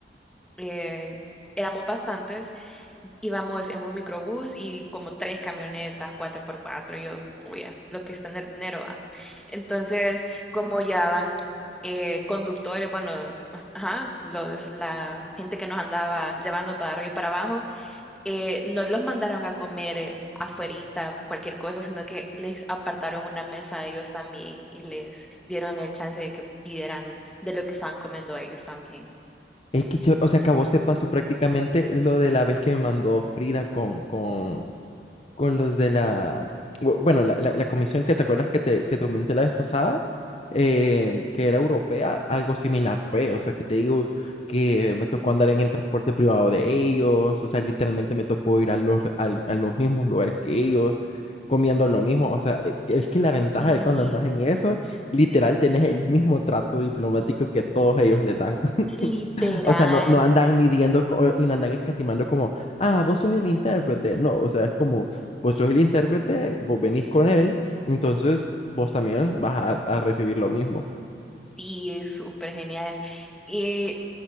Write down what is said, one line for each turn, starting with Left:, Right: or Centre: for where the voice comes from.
Centre: eh, éramos bastantes íbamos en un microbús y como tres camionetas, cuatro por cuatro, yo, oye, lo que es tener dinero, va. Entonces, como llevaban eh, conductores, bueno, a- ajá, los, la gente que nos andaba llevando para arriba y para abajo, eh, no los mandaron a comer eh, afuerita, cualquier cosa, sino que les apartaron una mesa a ellos también y les dieron el chance de que pidieran de lo que estaban comiendo ellos también.
Left: Es que, chévere, o sea, que a vos te pasó prácticamente lo de la vez que me mandó Frida con, con, con los de la, bu- bueno, la, la, la comisión que te acuerdas que te, que te comenté la vez pasada, eh, que era europea, algo similar fue, o sea, que te digo que me tocó andar en el transporte privado de ellos, o sea, literalmente me tocó ir a los, al- a los mismos lugares que ellos, comiendo lo mismo, o sea, e- es que la ventaja
Centre: Y
Left: de cuando andas en eso, literal, tenés el mismo trato diplomático que a todos ellos le dan. <laughs>
Centre: literal.
Left: O sea, no, no andan midiendo co- y no andan escatimando como, ah, vos sos el intérprete. No, o sea, es como, vos sos el intérprete, vos venís con él, entonces vos también vas a, a recibir lo mismo.
Centre: Sí, súper genial. Y,